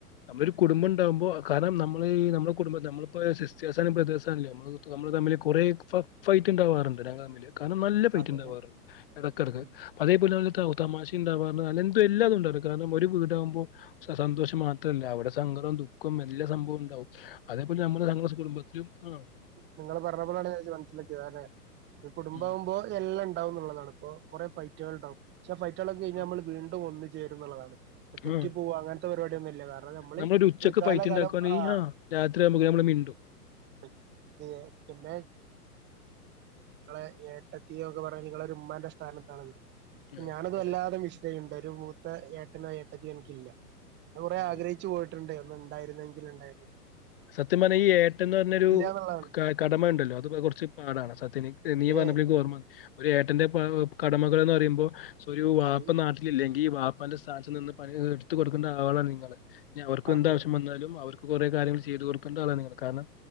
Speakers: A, on the left; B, on the right.
A: നമ്മളൊ കുടുംബംഉണ്ടാവുമ്പോ കാരണം നമ്മള് നമ്മ കുടുംബം നമ്മപ്പോ സിറ്റേഴ്സാണെങ്കിലും ബ്രദേഴ്സ് ആണെങ്കിലുംനമ്മള് നമ്മള് തമ്മില് കുറെ ഫൈറ്റ് ഉണ്ടാവാറുണ്ട് ഞങ്ങ തമ്മില് കാരണം നല്ല പൈറ്റുണ്ടാവാറുണ്ട്
B: അതെതെ
A: ഇടക്കിടക്ക്
B: ഉം
A: അതേ പോലെ തമാശ ഉണ്ടാവാറുണ്ട് അ എന്തുംല്ലാതും ഉണ്ടായിരുന്നു സണം ഒരു വീടാകുമ്പോ സന്തോഷം മാത്രമല്ല അവിടെ സങ്കടവും ദുഃഖവും എല്ലാ സംഭവം ഉണ്ടകും അതേപോലെ നമ്മുടെങ്ങളുടെ കുടുംബത്തിലും ആഹ്
B: നിങ്ങള്ൾ പറഞ്ഞ പോലാണ് ഞാൻ മനസ്സിലാക്കിയത് അ ഒരു കുടുംബം
A: ഉം.
B: ആവുമ്പോ എല്ലാം ഉണ്ടാവ എന്നുള്ളതാണ് അപ്പൊ കുറെ ഫൈറ്റുകൾ ഉണ്ടാവും പക്ഷേ ഫൈറ്റുകളൊക്കെ കഴിഞ്ഞാൽ
A: ഉം.
B: നമ്മൾ വീണ്ടും ഒന്നു ചേരുന്നള്ളതാണ് തെറ്റി
A: ആ
B: പോവ അങ്ങനത്തെ പരിപാടിയൊന്നുംമില്ല കാരണം നമ്മള്
A: നമ്മളൊരു ഉച്ചക്ക്
B: ഈ കാലകാലം
A: ഫൈറ്റ് ഉണ്ടാക്കുവാണെങ്കിൽ
B: ആഹ്
A: ആ രാത്രി ആവു മ്പ നമ്മൾ മിണ്ടും
B: <unintelligible> പിന്നെ ഇങ്ങളെ ഏട്ടത്തിയൊക്കെ പറഞ്ഞു നിങ്ങള് ഒരുമ്മാന്റെ സ്ഥാനത്താണെന്ന്, പ്പഞാനത്
A: ആ
B: വല്ലാതെ
A: അതെ
B: <unintelligible> ഇണ്ട് ഒരു മൂത്ത ഏട്ടനോ ഏട്ടത്തിയോ എനിക്കില്ല അത് കൊറെ
A: ആ
B: ആഗ്രഹിച്ചു പോയി ട്ടുണ്ട് ഒന്നുണ്ടായിരുന്നെങ്കിൽ ഉണ്ടായിരുന്നെ <unintelligible>
A: സത്യം പറഞ്ഞാ ഈ ഏട്ടൻന്ന് പറഞ്ഞൊരു
B: എന്നുള്ളതാണ്
A: കാ കടമ ഇണ്ടല്ലോ, അത് കൊറച്ച് പാടാണ് സത്യന് നീ പറഞ്ഞപ്പഴാ
B: അതെ
A: ഇൻക്ക് ഓർമ വന്ന് ഒരു ഏട്ടന്റെ കടമകൾന്ന് പറയുമ്പോ ഒരു വാപ്പ
B: അത്
A: നാട്ടിലില്ലെങ്കി ഈ വാ പ്പാന്റെ സ്ഥാനത്ത് നിന്ന് പലേ ഇതും എടുത്ത് കൊടുക്കണ്ട ആളാണ് നിങ്ങള്, ഇനി അവർക്കും
B: അതെ
A: എന്താവശ്യം വന്നാലും അവർക്ക് കൊറേ കാര്യങ്ങള് ചെയ്ത് കൊടുക്കണ്ട ആളാ നിങ്ങള്, കാരണം